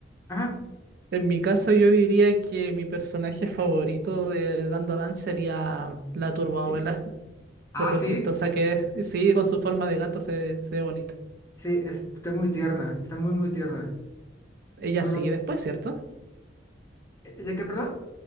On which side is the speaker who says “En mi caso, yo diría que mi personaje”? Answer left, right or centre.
Right